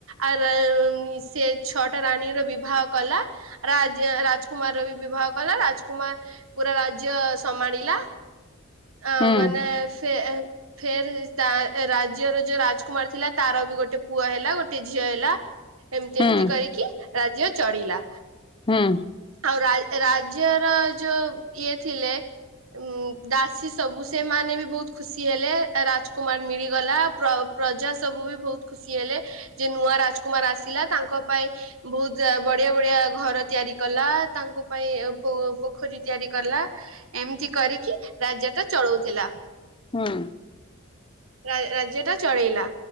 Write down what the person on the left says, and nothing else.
ହୁଁ ହୁଁ ହୁଁ
ହୁଁ
ହୁଁ।
ହଁ।